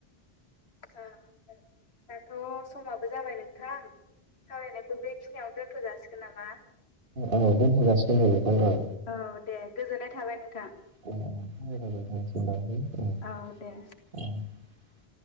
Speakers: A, on the left (about 80°); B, on the right (about 55°).
A: दाथ' समाबो जाबाय नोंथां थाबरायनायखौ बेखिनियाव दोनथ' जासिगोन नामा
B: औ दोनथ'। <unintelligible>
A: औ दे गोजोननाय थाबाय नों
B: <inaudible>
A: औ दे।